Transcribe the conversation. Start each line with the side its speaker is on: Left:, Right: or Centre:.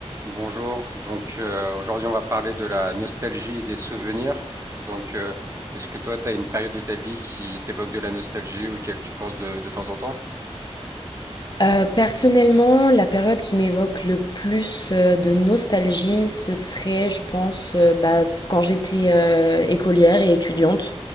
Right: Bonjour, donc euh, aujourd'hui on va parler de la nostalgie et des souvenirs. Donc euh, est-ce que toi tu as une période de ta vie qui t'évoque de la nostalgie auquel tu penses de, de temps en temps?
Left: Heu, personnellement, la période qui m'évoque le plus, heu, de nostalgie, ce serait, je pense, heu, bah, quand j'étais, heu, écolière et étudiante.